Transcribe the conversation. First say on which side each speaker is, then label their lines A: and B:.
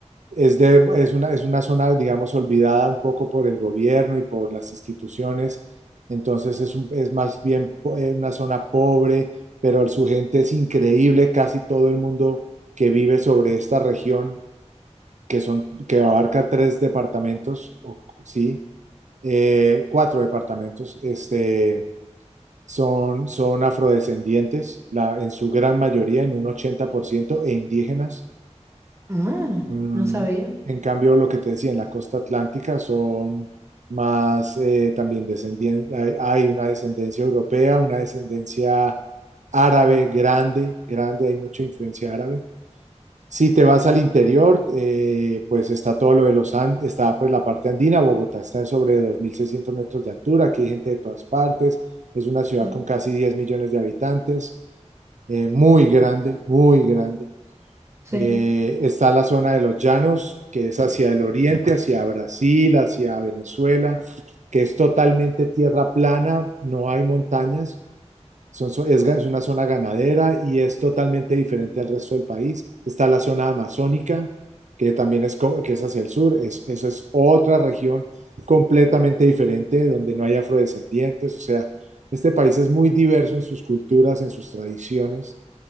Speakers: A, on the right; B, on the right.
A: es, de, es una, es una zona, digamos, olvidada un poco por el gobierno y por las instituciones. Entonces es, un- es más bien po- eh, una zona pobre, pero su gente es increíble. Casi todo el mundo que vive sobre esta región que son, que abarca tres departamentos, o- sí, eh, cuatro departamentos, este, son, son afrodescendientes, la, en su gran mayoría, en un 80% e indígenas.
B: Ah,
A: Mm,
B: no sabía.
A: en cambio, lo que te decía, en la costa atlántica son más eh, también descendientes, hay, hay una descendencia europea, una descendencia árabe grande, grande, hay mucha influencia árabe. Si te vas al interior, eh, pues está todo lo de los Andes, está pues la parte andina, Bogotá está sobre 2.600 metros de altura, aquí hay gente de todas partes, es una ciudad
B: Sí.
A: con casi 10 millones de habitantes, eh, muy grande, muy grande.
B: Sí.
A: Eh, está la zona de los llanos, que es hacia el oriente, hacia Brasil, hacia Venezuela, que es totalmente tierra plana, no hay montañas. Son, son- es, ga- es una zona ganadera y es totalmente diferente al resto del país. Está la zona amazónica, que también es, co- que es hacia el sur. Es, esa es otra región completamente diferente, donde no hay afrodescendientes. O sea, este país es muy diverso en sus culturas, en sus tradiciones